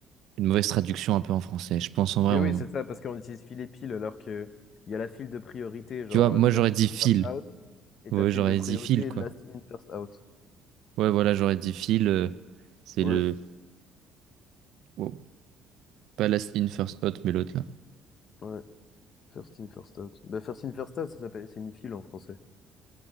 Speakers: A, on the right; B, on the left.
A: une mauvaise traduction un peu en français. Je pense en vrai,
B: Mais
A: on-
B: oui, c'est ça, parce qu'on utilise filet pile, alors que il y a la file de priorité, genre,
A: tu vois, moi
B: euh, first
A: j'aurais dit
B: in,
A: file.
B: first out, et
A: Ouais,
B: ta file
A: j'aurais
B: de priorité,
A: dit Phil, quoi.
B: last in, first out.
A: Ouais, voilà, j'aurais dit Phil. euh, c'est
B: Ouais,
A: le. oh, pas Last In First Out, mais l'autre là.
B: ouais, first in, first out. Bah, first in, first out, ça s'appelle, c'est une file en français.